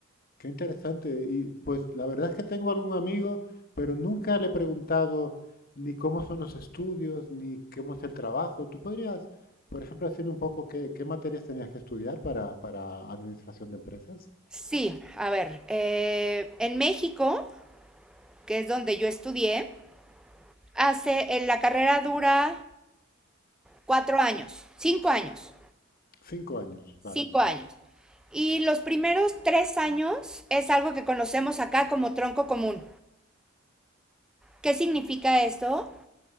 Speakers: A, on the left (about 45°); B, in the centre.
A: qué interesante. Y pues la verdad es que tengo algún amigo, pero nunca le he preguntado ni cómo son los estudios, ni cómo es el trabajo. ¿Tú podrías, por ejemplo, decirme un poco qué, qué materias tenías que estudiar para, para administración de empresas?
B: Sí, a ver, eh, en México, que es donde yo estudié, hace, en la carrera dura cuatro años, cinco años,
A: Cinco años,
B: cinco
A: vaya.
B: años. Y los primeros tres años es algo que conocemos acá como tronco común. ¿Qué significa esto?